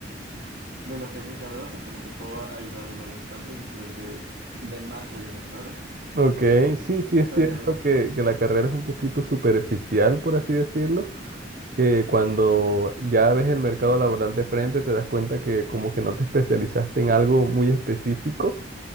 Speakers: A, on the right (about 65°); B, on the right (about 50°).
A: de lo que es mi carrera, o sea, como que puedo ayudar en varias partes y ser de, de más ayuda, ¿sabes?
B: Ok, sí, sí es
A: Pero,
B: cierto que, que la carrera es un poquito superficial, por así decirlo, que cuando ya ves el mercado laboral de frente te das cuenta que como que no te especializaste en algo muy específico,